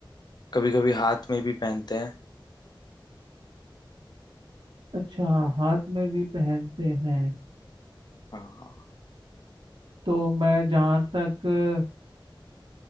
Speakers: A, on the left (about 55°); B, on the right (about 65°).
A: कभी कभी हाथ में भी पहनते हैं
B: अच्छा हाथ में भी पहनते हैं
A: हाँ
B: तो मैं जहाँ तक अ,